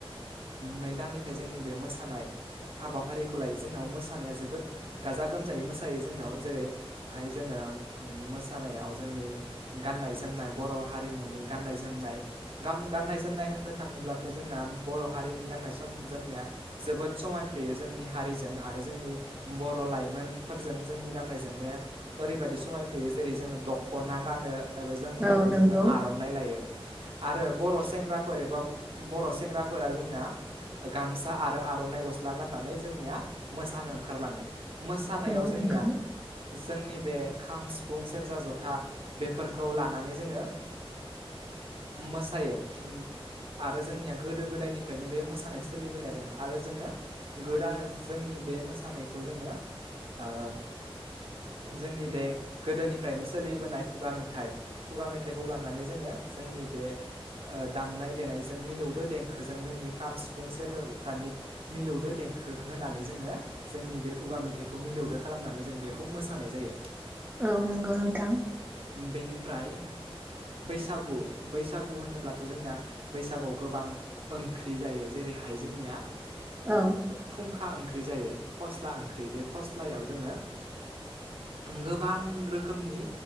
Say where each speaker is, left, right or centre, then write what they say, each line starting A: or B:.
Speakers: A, on the right; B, on the right.
A: नै दाननिफ्राय जोंनि बे मोसानाय हाबाफारिखौ लायो। जोंनाव मोसानाया जोबोद गाजा-गोमजायै मोसायो जोंनाव जेरैहाय- जोङो मोसानायाव जोंनि गाननाय-जोमनाय बर' हारिमुनि गाननाय-जोमनाय गाम गाननाय-जोमनाय होननो थाङोब्लाथ' जोंना बर' हारिनि गाननाय जोमनाया जोबोद समायफ्लेयो जोंनि हारिजों आरो जोंनि बर' लाइमोनफोरजों जोंनि गाननाय-जोमनाया ओरैबायदि समायफ्लेयो जेरै जोङो दख'ना गानो, एबा जोमग्राखौ
B: औ नंगौ
A: जोङो आर'नाइ लायो। आरो बर' सेंग्राफोर एबा बर' सेंग्राफोरा जोंनाया गामसा आरो आर'नाइ गस्ला गाननानै जोंनिया मोसानो ओंखारलाङो मोसानायाव
B: औ
A: जोंनिया
B: नंगौ
A: जोंनि बे खाम सिफुं सेरजा जथा बेफोरखौ लानानै जोङो मो सायो आरो जोंनिया गोदो गोदायनिफ्रायनो बे मोसानाय सोलिबोनाया दोङो आरो जोङो गोदा जोंनि बे मोसानायखौ जोङो ओ जोंनि बे गोदोनिफ्रायनो सोलिबोनाय खुगा मेथाइ खुगा मेथाइखौ लानानै जोङो जोंनि बे ओ दामनाय देनायजों मिलौदो देंखोजों जोंनि खाम सिफुं सेरजा जथानि मिलौदो देंखो होनानै जोङो जोंनि बे खुगा मेथाइखौ मिलौदो खालामनानै जों बेखौ मोसानाय जायो
B: औ नंगौ नोंथां
A: बेनिफ्राय बैसागु बैसागु गु होनोब्लाथ' जोंनिया बैसागुआव गोबां ओंख्रि जायो जेरैहाय जोंनिया
B: औ
A: फुं खा ओंख्रि जायो फस्ला ओंख्रि बे फस्लायाव जोङो गोबां रोखोमनि